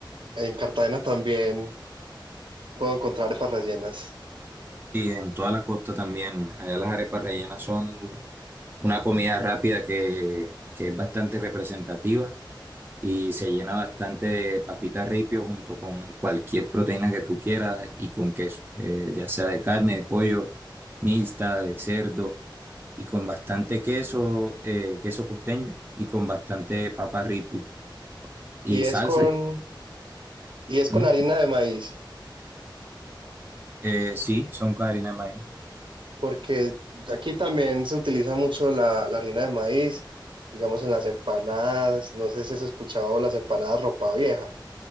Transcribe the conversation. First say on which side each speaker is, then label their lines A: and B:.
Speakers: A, on the right; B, on the right.
A: En Cartagena también puedo encontrar arepas rellenas.
B: Y en toda la costa también. Allá las arepas rellenas son una comida rápida que, que es bastante representativa y se llena bastante de papitas ripio junto con cualquier proteína que tú quieras y con queso, eh, ya sea de carne, de pollo, mixta, de cerdo y con bastante queso, eh, queso costeño y con bastante papa ripio. Y
A: Y es
B: salsa.
A: con, y es con
B: ¿Mm?
A: harina de maíz,
B: Eh, sí, son con harina de maíz.
A: porque aquí también se utiliza mucho la, la harina de maíz, digamos en las empanadas, no sé si has escuchado las empanadas ropa vieja,